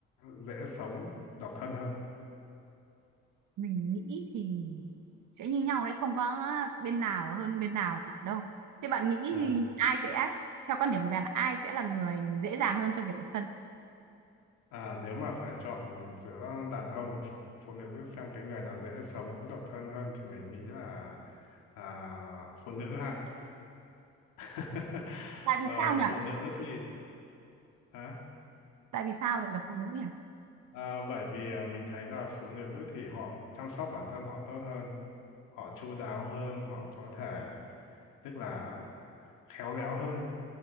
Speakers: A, on the left (about 85°); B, on the right (about 70°).
A: dễ sống độc thân hơn
B: mình nghĩ thì sẽ như nhau đấy không có bên nào hơn bên nào cả đâu thế bạn nghĩ
A: Ờ.
B: thì ai sẽ theo quan điểm của bạn là ai sẽ là người dễ dàng hơn trong việc độc thân
A: À, nếu mà phải chọn giữa đàn ông và phụ nữ xem cái người nào dễ sống độc thân hơn thì mình nghĩ là à, phụ nữ ha. <laughs>
B: tại vì
A: Ờ,
B: sao nhỉ
A: phụ nữ thì hả?
B: tại vì sao lại là phụ nữ nhỉ
A: Ờ, bởi vì ờ, mình thấy là phụ nữ thì họ chăm sóc bản thân họ tốt hơn, họ chu đáo hơn, họ có thể tức là khéo léo hơn.